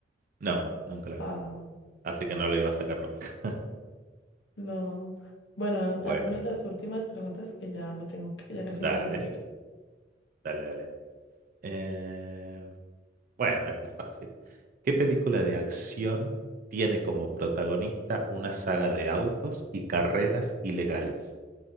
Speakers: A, on the right; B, on the left.
A: No, nunca la vi.
B: Ah,
A: Así que no lo iba a sacar nunca.
B: no. Bueno, haz-
A: Bueno,
B: hazme las últimas preguntas que ya me tengo que, ya casi
A: dale,
B: me tengo que ir.
A: dale, dale. Eh, bueno, este es fácil. ¿Qué película de acción tiene como protagonista una saga de autos y carreras ilegales?